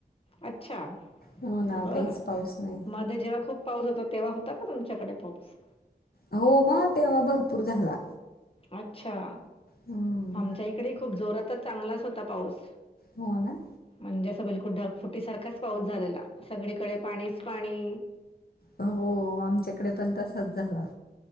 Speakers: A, on the left; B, on the left.
A: अच्छा
B: हो ना
A: बरं
B: काहीच पाऊस नाही
A: मध्ये जेव्हा खूप पाऊस होता तेव्हा होता का तुमच्याकडे पाऊस
B: हो मग तेव्हा भरपूर झाला
A: अच्छा
B: हम्म
A: आमच्या इकडे खूप जोरातच चांगलाच होता पाऊस.
B: हो ना.
A: म्हणजे अस बिलकुल ढग फुटीसारखाच पाऊस झालेला सगळीकडे पाणीच पाणी
B: हो आमच्याकड पण तसाच झाला